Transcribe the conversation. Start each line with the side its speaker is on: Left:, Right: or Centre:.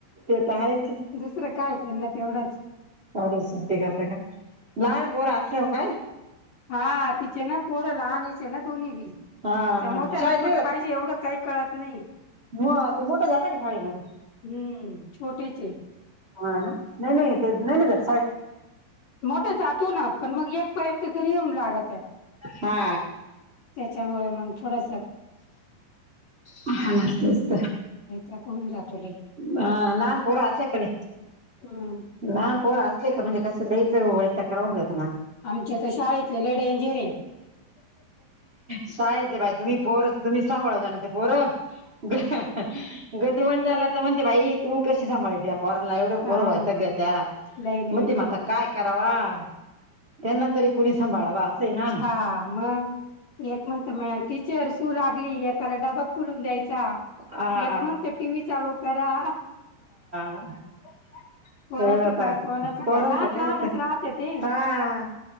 Right: ते तर आहेच
Left: दुसरं काय त्यांना तेवढंच
Right: ढज देघातखाकाय ना पोर असले काय
Left: हा तिचे ना पोरल आणिचे ना दोन्ही बी
Right: हा
Left: त्या मोठ्याला
Right: हा शाळेत नाही
Left: पण
Right: जात
Left: पाहिजे एवढं काही कळत नाही
Right: मग ते मोठं जातं का शाळेमध्ये
Left: हम्म छोटेचे
Right: हा ना नाही नाही ते नाही नाही जा साहे
Left: मोठ जातो ना पण मग एक पर्यंत घरी येऊन लागत आहे
Right: हा
Left: त्याच्यामुळे मग थोडस
Right: ह हा नस्त असस्त
Left: करून जातो ल
Right: ह नान पोरा अस काले
Left: हम्म
Right: ना पोरा असले का म्हणजे कस ल ओवायटो करायतो
Left: आमच्या तर शाळेतले ले डेंजिरे
Right: सायेतले बाई तुम्ही पोर तुम्ही सांभाळ जाण ते पोर गतीिमान झाला तर म्हणते भाई तू कशी सांभाळते कोरोला एवढ पोर्वत
Left: हा ना
Right: घ त्या्या
Left: लई लई
Right: म ते
Left: लई
Right: म आता काय काय? वा त्यांना तरी कुणी सांभाळावा. आहे ना.
Left: हा मग एक मंत म टीचर शू लाग लागली एकाला डबा खुलून द्यायचा
Right: आ
Left: यात मगत टी व्ही चालू करा
Right: का
Left: कोणाचं
Right: एव आता
Left: काय कोणाचं
Right: पोरांचं
Left: लहान
Right: काय
Left: लहानच
Right: आता
Left: राहते ते
Right: हा